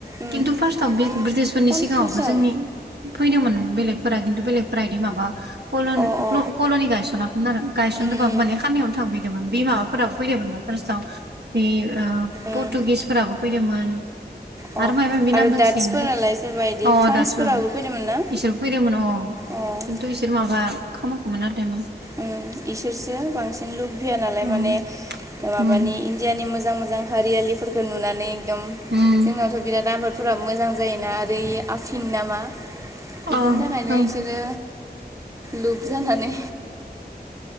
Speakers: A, on the right (about 20°); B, on the right (about 75°).
A: उम
B: खिन्थु फार्स्टआवव
A: ओइ
B: ब्रिटिशफोरनि
A: कनफिउसार
B: सिगाङावबो जोंनि फैदोंमोन। बेलेगफोरा खिन्थु बेलेगफोरा बिदि माबा कलन
A: अ अ
B: कल'नि गायसनाखैमोन आरो गायसनदोंबाबो
A: उम उम
B: मान खानायावनो थां मोन बे माबाफोराबो फैदोंमोन ना फारस्टआव बे
A: उम
B: पर्टुगिसफोराबो फैदोंमोन।
A: अ
B: आरो मायबा
A: आरो
B: नाम दोंसोयो
A: डाट्सफोरालाय
B: दे
A: सोरबा इदि
B: अ
A: फ्रान्सफोराबो
B: दाससिबो
A: फैदोंमोन ना
B: इसोर फैदोंमोन अ। खिन्थु
A: उम
B: इसोर माबा खामखैमोन आरो।
A: ओम इसोरसो बांसिन। फैया नालाय
B: उम
A: माने माबानि
B: उम
A: इण्डियानि मोजां मोजां हारियालिफोरखौ नुनानै एकदम
B: उम
A: जोंनावथ' बिराद आबादफोराबो मोजां जायोना आरो। ओरै आफिन नामा बेफोरनि
B: ओं
A: थाखायनो
B: ओं
A: इसोरो लुपजानानै